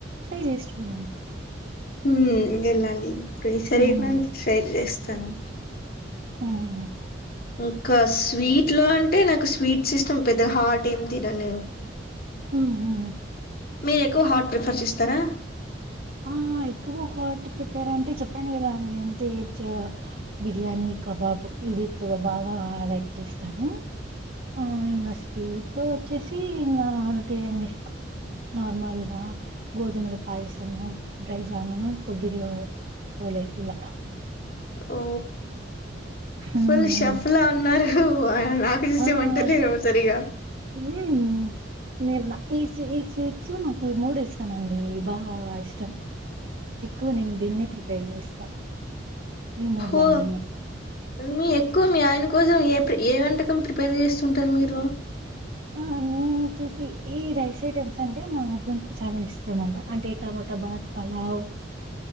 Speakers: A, on the right; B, on the left.
A: ట్రై చేశ్ చూడండి
B: ఉమ్ ఎళ్ళాలి ప్రి శరీర్
A: ఉమ్
B: నాన్ కి స్టైల్ చేస్తాను
A: హ్మ్
B: ఇంకా స్వీట్ లో అంటే నాకు స్వీట్స్ ఇస్టం పెద్దగా హార్ట్ ఏమ్ తినన్ నేవు
A: ఉహుహు
B: మీర్ ఎక్కు హాట్ ప్రిఫర్స్ ఇస్తారా
A: ఆ ఆ ఎక్కువ్ హాట్ ప్రిపేర్ అంటే చెప్పాను కదా అండి అంతే ఆ బిర్యానీ కబాబు ఇది కో బావా ఆ లైక్ చేస్తాను ఆ ఇంగ స్వీట్ ట్లో వోచ్చేసి ఇన్ నా అంతేయండి నార్ మల్ గా గోధుమల పాయిసము డ్రై జాముూను కొబ్బరి వర్ ఓలే ఇలా
B: ఓ
A: ఉమ్
B: ఫుల్ షెఫ్
A: ఉమ్
B: లా ఉన్నారు ఆయమ్ నాకు జుస్తే
A: ఆ
B: వంటలే రావ్ సరిగా
A: హ్మ్ నేను నా- ఈ సీ ఈ స్వీట్స్ నాకి మూడు ఇష్టం మండి బా ఇష్టం. ఎక్కువ నేను దీన్నే ప్రిపేర్ చేస్తా ఈ మూడు దాంట్లనే.
B: ఓ మీ ఎక్కువ మీ ఆయన కోసం ఏ ఏ వంటకం ప్రిపేర్ చేస్తుంటారు మీరు.
A: అ నేను. వొచ్చేసీ ఈ రైస్ ఐటెమ్స్ అంటే, మా హస్బెండ్ కి చాలా ఇష్టం అంట, అంటే టమోటా బాత్ పలావ్.